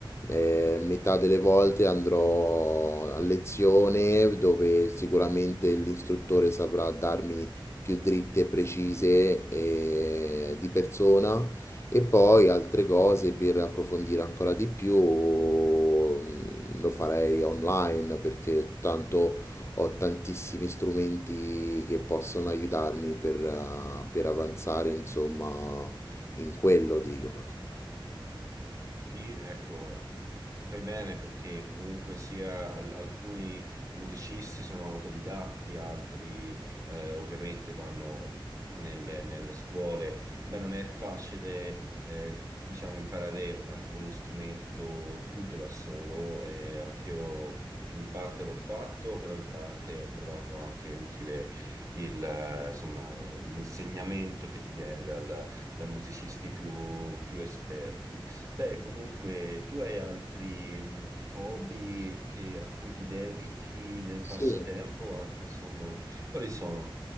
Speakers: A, on the left (about 30°); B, on the right (about 35°).
A: eh, metà delle volte andrò a lezione dove sicuramente l'istruttore saprà darmi più dritte e precise eh, di persona e poi altre cose per approfondire ancora di più mm, lo farei online perché tanto ho tantissimi strumenti che possono aiutarmi per eh, per avanzare, insomma, in quello dico.
B: Sì, ecco, fai bene perché comunque sia al- alcuni musicisti sono autodidatti, altri eh, ovviamente vanno nelle, nelle scuole. Beh, non è facile, eh, diciamo, imparare anche uno strumento tutto da solo. eh, anch'io in parte l'ho fatto, però in parte ho trovato anche utile il, eh, insomma, l'insegnamento che ti viene dal- da musicisti più più esperti. Beh, comunque, tu hai altri mh, hobby che- a cui ti dedichi nel passatempo,
A: Sì.
B: anche insomma, quali sono?